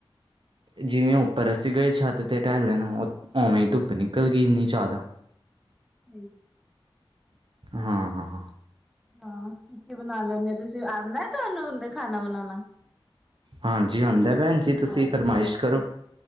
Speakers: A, on the right (about 65°); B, in the centre.
A: ਜਿਵੇਂ ਉਹ ਪਰ ਅਸੀਂ ਗਏ ਛੱਤ ਤੇ ਢਹਿਲੈਣ ਉਵੇਂ ਹੀ ਧੁੱਪ ਨਿਕਲ ਗਈ ਇੰਨੀ ਜ਼ਿਆਦਾ
B: ਨਹੀਂ ਗਿਆ
A: ਹਾਂ ਹਾਂ ਹਾਂ
B: ਹਾਂ ਕਿ ਕੀ ਬਣਾ ਲੈਂਦੇ ਆ ਤੁਸੀਂ ਆਨਾ ਤੁਹਾਨੂੰ ਹ ਖਾਣਾ ਬਣਾਉਣਾ
A: ਹਾਂਜੀ ਆਉਂਦਾ ਭੈਣ ਜੀ ਤੁਸੀਂ
B: ਹਾਂ
A: ਫਰਮਾਇਸ਼
B: ਚਲੋ
A: ਕਰੋ